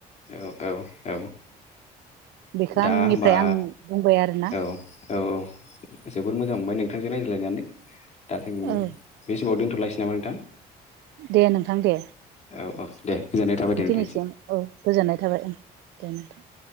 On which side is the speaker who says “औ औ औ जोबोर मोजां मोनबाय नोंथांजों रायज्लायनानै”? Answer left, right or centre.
Left